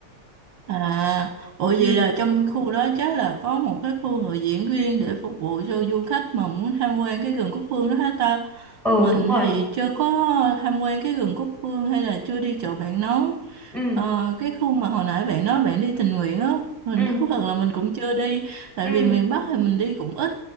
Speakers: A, on the right; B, in the centre.
A: À, ủa vậy
B: ừ
A: là trong khu đó chắc là có một cái khu người diễn riêng để phục vụ cho du khách mà muốn tham quan cái rừng Cúc Phương đó hết ta.
B: ừ
A: Mình
B: đúng rồi
A: thì chưa có tham quan cái rừng Cúc Phương hay là chưa đi chỗ bạn nói.
B: ừ
A: Ờ, cái khu mà hồi nãy bạn nói bạn đi tình nguyện á mình
B: ừ
A: <laughs> thú thật là mình cũng chưa đi tại
B: ừ
A: vì miền Bắc thì mình đi cũng ít